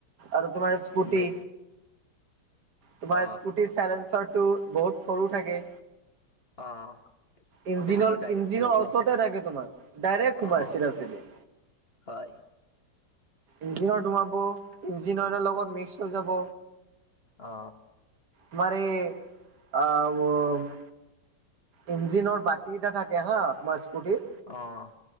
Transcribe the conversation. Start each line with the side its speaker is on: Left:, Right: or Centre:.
Right: আৰু তোমাৰ স্কুটি।
Left: বেট
Right: তোমাৰ
Left: অ
Right: স্কুটিৰ চাইলেঞ্চাৰটো বহুত সৰু থাকে।
Left: অ',
Right: ইঞ্জিনৰ
Left: সেইটোতো
Right: -ইঞ্জিনৰ
Left: ডাইৰেক্ট সোমাই যায়
Right: অচৰতে থাকে তোমাৰ ডাইৰেক্ট সোমাই
Left: অ
Right: চিধা -চিধি।।
Left: হয়।
Right: ইঞ্জিনত সোমাব ইঞ্জিন অইলৰ লগত মিক্স হৈ যাব।
Left: অ।
Right: তোমাৰ এ আ ৱ ইঞ্জিনৰ বাতি এটা থাকে হা তোমাৰ স্কুটিত
Left: অ',